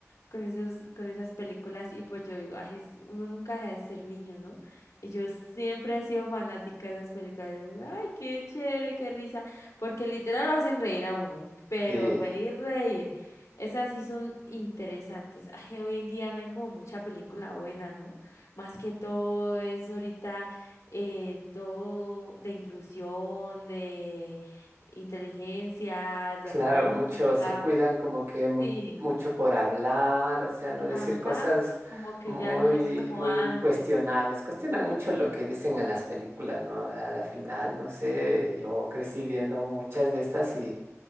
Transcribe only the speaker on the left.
con esos, con esas películas y pues yo digo, ay, es- uno nunca deja de ser niño, ¿no? Y yo siempre he sido fanática de esas películas. Yo, ay, qué chévere, qué risa, porque literal lo hacen reír a uno, pero
reír, reír. Esas sí son interesantes. Ay, hoy en día no hay como mucha película buena, ¿no? Más que todo es ahorita eh, todo de inclusión, de inteligencia, de
robótica,
sí,
ajá,
como que
ya no es como
antes,